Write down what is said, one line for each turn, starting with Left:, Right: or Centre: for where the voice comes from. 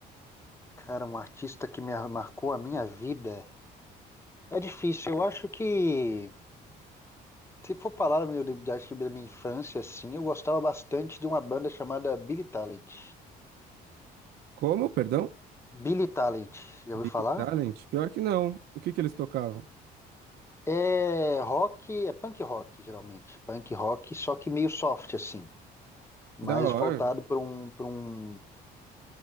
Left: Cara, um artista que me ar- marcou a minha vida. É difícil, eu acho que. Se for falar meu, de- acho que da minha infância, assim, eu gostava bastante de uma banda chamada Billy Talent.
Right: Como, perdão?
Left: Billy Talent, já ouviu
Right: Big
Left: falar?
Right: Talent? Pior que não. O que que eles tocavam?
Left: É rock, é punk rock, geralmente. Punk rock, só que meio soft, assim. Mais
Right: Da hora.
Left: voltado para um, para um.